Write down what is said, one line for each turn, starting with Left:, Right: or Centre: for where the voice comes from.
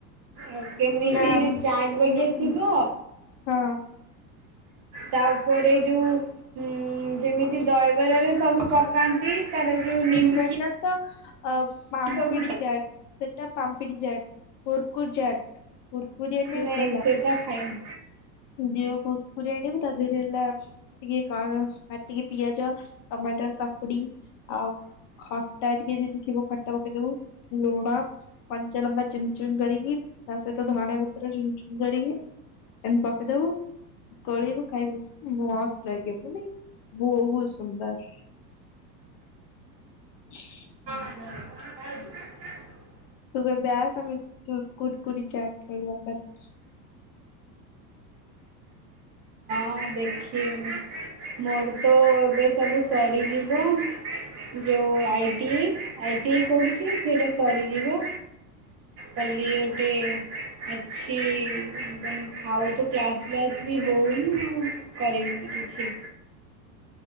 Right: ଓ କେମିତି
Left: ନା
Right: ଚାଟ ବାଗେ
Left: ମେନ୍
Right: ଥିବ?
Left: ହଁ
Right: ତାପରେ ଯୋଉ ଉଁ ଯେମିତି ଦହିବରାରେ ସବୁ ପକାନ୍ତି, ତାର ଯୋଉ ନିମକି
Left: ସେଇଟା ତ ଅ ପାମ୍ପଡି
Right: ସବୁଟା
Left: <unintelligible> ସେଟା ପାମ୍ପିଡି ଚାଟ୍, କୁୁରକୁୁରି ଚାଟ୍ କୁୁରକୁରି ନେଇ
Right: ନାଇଁ
Left: ଆସିବ ହେଲା?
Right: ସେଟା ଖାଇନି
Left: ଦିଅ, କୁରକୁରି ଆଣିବୁ, ତା ଦେହରେ ହେଲା ଟିକେ କ କାଟିକି ପିଆଜ, ଟମାଟର, କାକୁଡି ଆଉ ଖଟା ଟିକେ ଯଦି ଥିବ, ଖଟା ପକେଇଦବୁ, ଲୁଣ କଞ୍ଚାଲଙ୍କା ଚୁନ୍ ଚୁନ୍ କରିକି, ତା ସହିତ ଧଣିଆ ପତ୍ର ଚୁନ୍ ଚୁନ୍ କରିକି ଏମତି ପକେଇଦବ। ତଳେଇବା ଖାଇବ ମସ୍ତ ଲାଗିବ ପୁଣି ବହୁତ ସୁନ୍ଦର <inaudible>
Right: <inaudible>
Left: ତୁ କେବେ ଆସ ଆମ କୁଡକୁଡ଼ି ଚାଟ ଖାଇବା <unintelligible>
Right: ହଁ ଦେଖିବ ମୋର ତ ଏବେ ସବୁ ସରିଯିବ ଯେଉଁ ଆଇଟି ଆଇଟିଇ କରୁଛି ସେଇଟା ସରିଯିବ। କଲିଉଟି ଅଛି <unintelligible> ଆଉ ତ କ୍ଲାସ ବ୍ଲାସ ବି ହଉନି। କରିବିନି କିଛି